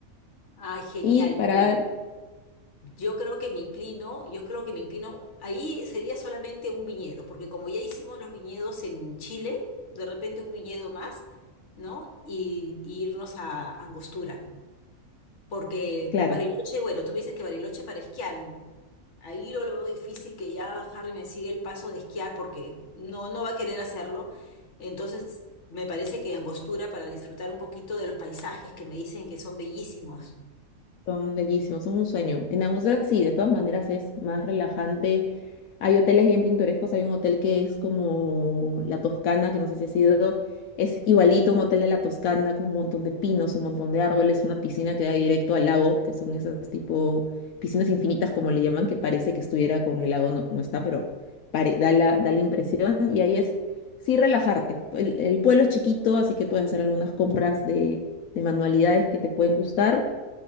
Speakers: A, on the left; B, on the left.
A: Ay, genial.
B: Y para,
A: Mira, yo creo que me inclino, yo creo que me inclino, ahí sería solamente un viñedo, porque como ya hicimos los viñedos en Chile, de repente un viñedo más, ¿no? Y, y irnos a Angostura. Porque
B: claro,
A: Bariloche, bueno, tú me dices que Bariloche es para esquiar. Ahí yo lo veo difícil que ya Harry me siga el paso de esquiar porque no, no va a querer hacerlo. Entonces, me parece que Angostura para disfrutar un poquito de los paisajes que me dicen que son bellísimos.
B: Son bellísimos, son un sueño. En Angostura sí, de todas maneras es más relajante. Hay hoteles bien pintorescos, hay un hotel que es como La Toscana, que no sé si ha sido, es igualito a un hotel de La Toscana con un montón de pinos, un montón de árboles, una piscina que da directo al lago, que son esas tipo piscinas infinitas como le llaman, que parece que estuviera con el lago, no, no está, pero pare- da la, da la impresión y ahí es sí relajarte. El, el pueblo es chiquito, así que puedes hacer algunas compras de de manualidades que te pueden gustar.